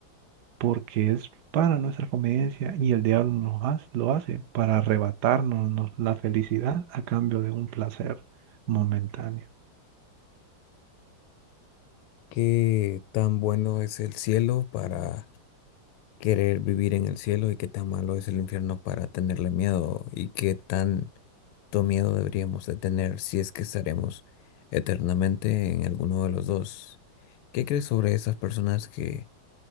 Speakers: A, on the right; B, on the left.
A: porque es para nuestra conveniencia y el diablo nos hace- lo hace para arrebatarnos nos- la felicidad a cambio de un placer momentáneo.
B: ¿Qué tan bueno es el cielo para querer vivir en el cielo y qué tan malo es el infierno para tenerle miedo? ¿Y qué tan cuánto miedo deberíamos de tener si es que estaremos eternamente en alguno de los dos. ¿Qué crees sobre esas personas que,